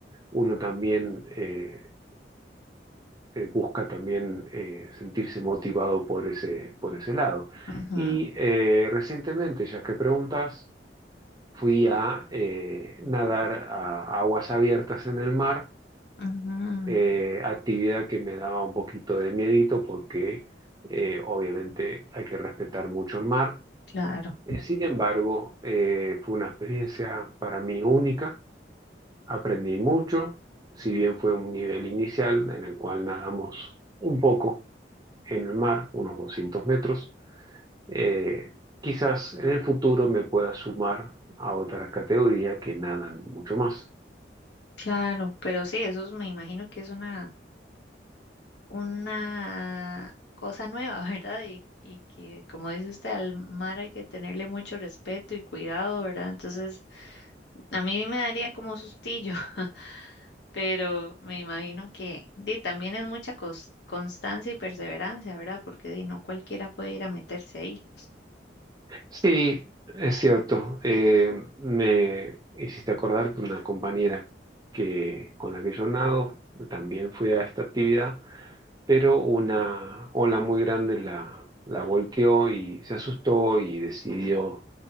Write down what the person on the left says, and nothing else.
ujú,
ujú,
claro,
claro. Pero sí, eso es- me imagino que es una, una cosa nueva, <laughs> ¿verdad? Y, y que, como dice usted, al mar hay que tenerle mucho respeto y cuidado, ¿verdad? Entonces... A mí me daría como sustillo, <laughs> pero me imagino que di, también es mucha cos- constancia y perseverancia, ¿verdad? Porque di, no cualquiera puede ir a meterse ahí.